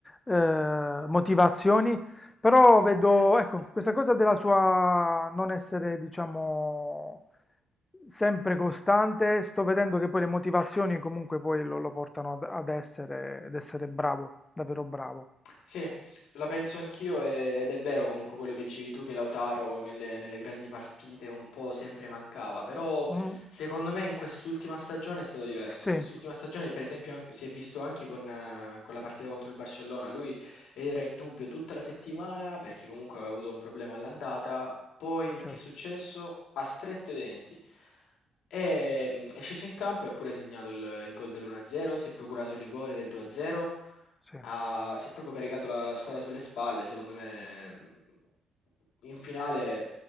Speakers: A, on the left (about 20°); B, on the left (about 75°).
A: eh, motivazioni, però vedo, ecco, questa
B: you.
A: cosa della sua non essere, diciamo, sempre costante, sto vedendo che poi le motivazioni comunque poi lo, lo portano ad, ad essere, ad essere bravo, davvero bravo.
B: Sì, la penso anch'io e- ed è vero comunque quello che dicevi tu che Lautaro nelle, nelle grandi partite un po' sempre mancava, però
A: Mm,
B: secondo me in quest'ultima stagione è stato diverso.
A: Sì,
B: In quest'ultima stagione per esempio anche- si è visto anche con, eh, con la partita contro il Barcellona, lui era in dubbio tutta la settimana perché comunque aveva avuto un problema all'andata, poi
A: certo,
B: che è successo? Ha stretto i denti. E, mm, è sceso in campo e ha pure segnato il, il gol dell'1-0, si è procurato il rigore del 2-0.
A: sì,
B: Ha si è proprio caricato la la squadra sulle spalle, secondo me, mhmm, in finale